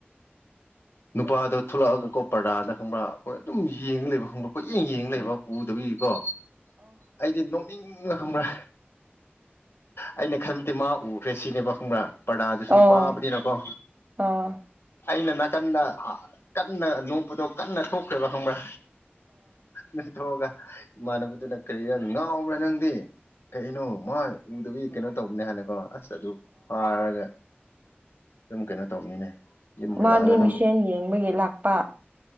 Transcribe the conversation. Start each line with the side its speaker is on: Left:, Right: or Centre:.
Left: ꯅꯨꯄꯥꯗꯣ ꯊꯣꯛꯂꯛꯑꯒꯀꯣ ꯄꯔꯗꯥꯗ ꯈꯪꯕ꯭ꯔꯥ ꯑꯩꯈꯣꯏ ꯑꯗꯨꯝ ꯌꯦꯡꯉ ꯂꯩꯕ ꯈꯪꯕ꯭ꯔꯥ ꯑꯩꯣꯏꯠ ꯌꯦꯡ ꯌꯦꯡꯉ ꯂꯩꯕ ꯎꯗꯕꯤ ꯀꯣ ꯑꯩꯗꯤ ꯅꯣꯛꯅꯤꯡ ꯪ ꯈꯪꯕ꯭ꯔꯥ ꯑꯩꯅ ꯈꯟꯕꯗꯤꯦ ꯃꯥ ꯎꯔꯦꯁꯤꯅꯦꯕ ꯈꯪꯕ꯭ꯔꯥ ꯄꯔꯗꯨꯁꯨ
Right: ꯑꯥ
Left: ꯄꯥꯕꯅꯤꯅꯀꯣ
Right: ꯑꯥ ꯑꯥ ꯑꯥ
Left: ꯑꯩꯅ ꯅꯥꯀꯟꯗ ꯀꯟꯅ ꯅꯣꯛꯄꯗꯣ ꯀꯟꯅ ꯊꯣꯛꯈ꯭ꯔꯦꯕ ꯈꯪꯕ꯭ꯔꯥ ꯅꯊꯣꯛꯑꯒ ꯏꯃꯥꯟꯅꯕꯗꯨꯅ ꯀꯔꯤꯔ ꯉꯥꯎꯕ꯭ꯔꯥ ꯅꯪꯗꯤ ꯀꯩꯅꯣ ꯃꯣꯏ ꯎꯗꯕꯤ ꯀꯩꯅꯣ ꯇꯧꯕꯅꯦ ꯍꯥꯏꯅꯀꯣ ꯑꯁ ꯑꯗꯨ ꯐꯥꯔꯒ ꯑꯗꯨꯝ ꯀꯩꯅꯣ ꯇꯧꯃꯤꯟꯅꯩ ꯏꯜꯂꯒꯗ
Right: ꯃꯥꯗꯤ ꯃꯤꯁꯦꯟ ꯌꯦꯡꯕꯒꯤ ꯂꯥꯛꯄ